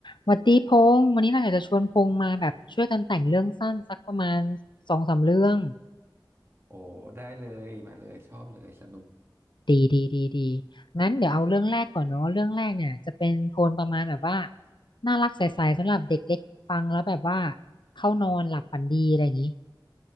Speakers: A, on the left; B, on the right.
A: หวัดดีพงษ์วันนี้เราอยากจะชวนพงษ์มาแบบช่วยกันแต่งเรื่องสั้นสักประมาณสองสามเรื่อง
B: โอ้ได้เลยมาเลยชอบเลยสนุก
A: ดีดีดีดีงั้นเดี๋ยวเอาเรื่องแรกก่อนเนาะเรื่องแรกเนี่ยจะเป็นโทนประมาณแบบว่าน่ารักใสๆสำหรับเด็กเล็กฟังแล้วแบบว่าเข้านอนหลับฝันดีอะไรอย่างนี้